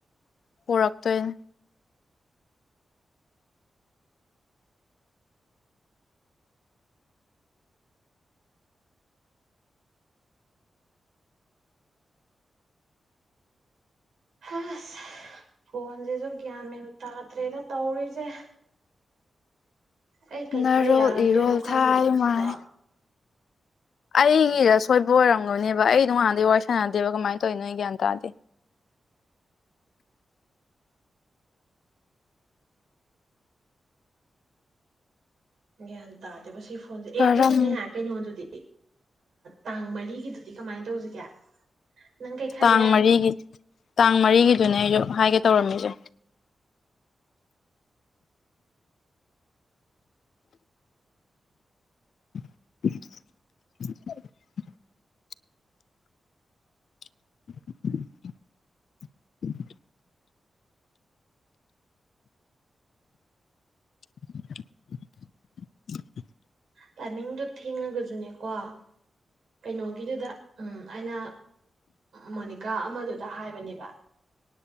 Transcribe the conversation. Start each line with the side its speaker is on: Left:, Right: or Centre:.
Left: ꯄꯨꯔꯛꯇꯣꯏꯅꯤ
Right: ꯑꯁ ꯐꯣꯟꯁꯤꯁꯨ ꯒ꯭ꯌꯥꯟ ꯃꯦꯟ ꯇꯥꯗ꯭ꯔꯦꯗ ꯇꯧꯔꯤꯁꯦ ꯑꯩ ꯀꯩꯗꯧꯔ
Left: ꯅꯔꯣꯜ
Right: ꯌꯥꯍꯟꯗꯣꯏꯅꯣ
Left: ꯏꯔꯣꯜ
Right: ꯈꯪꯗꯣꯏꯅꯦ
Left: ꯊꯥꯏ
Right: ꯁꯤꯕꯣ
Left: ꯃꯥꯏ ꯑꯩꯒꯤꯗ ꯁꯣꯏꯕ ꯑꯣꯏꯔꯝꯒꯅꯦꯕ ꯑꯩ ꯅꯣꯡꯉꯥꯟꯗꯤꯩ ꯋꯥꯔꯤ ꯁꯥꯟꯅꯗꯦꯕ ꯀꯃꯥꯏꯅ ꯇꯧꯋꯤ ꯅꯣꯏ ꯒ꯭ꯌꯥꯟ ꯇꯥꯗꯤ
Right: ꯌꯥ ꯇꯥꯗ ꯑꯦ
Left: ꯀꯔꯝ
Right: ꯑꯗꯨꯒꯅꯦ ꯀꯩꯅꯣ ꯑꯗꯨꯗꯤ ꯇꯥꯡ ꯃꯔꯤꯒꯤꯗ ꯑꯗꯨꯗꯤ ꯀꯃꯥꯏꯅ ꯇꯧꯁꯤꯒꯦ ꯅꯪ ꯀꯩ ꯈꯜꯂꯦ
Left: ꯇꯥꯡ ꯃꯔꯤꯒꯤ ꯇꯥꯡ ꯃꯔꯤꯒꯤꯗꯨꯅꯦ ꯑꯩꯁꯨ ꯍꯥꯏꯒꯦ ꯇꯧꯔꯝꯃꯤꯁꯦ <unintelligible> <unintelligible> <unintelligible>
Right: ꯇꯥꯏꯃꯤꯡꯗꯣ ꯊꯦꯡꯉꯒꯁꯨꯅꯦꯀꯣ ꯀꯩꯅꯣꯒꯤꯗꯨꯗ ꯎꯝ ꯑꯩꯅ ꯃꯣꯅꯤꯀꯥ ꯑꯃꯗꯨꯗ ꯍꯥꯏꯕꯅꯦꯕ